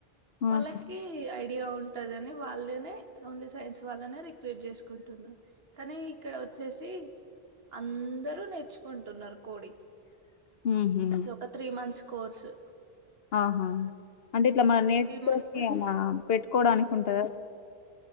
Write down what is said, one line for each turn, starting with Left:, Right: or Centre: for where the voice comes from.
Left: హ్మ్.
Right: వాళ్ళకి ఐడియా ఉంటందని వాళ్ళే న్ నే ఓన్లీ సైన్స్ వాళ్ళనే రిక్రూట్ చేసుకుంటున్న కానీ ఇక్కడ వచ్చేసి అందరూ నేర్చుకుంటున్నారు కోడి
Left: హుహు.
Right: అది ఒక త్రీ మంత్స్ కోర్సు
Left: ఆహా అంటే ఇట్లా మనం నేర్చుకోని
Right: మంత్స్
Left: అలా పెట్టుకోవడానికి ఉంటదా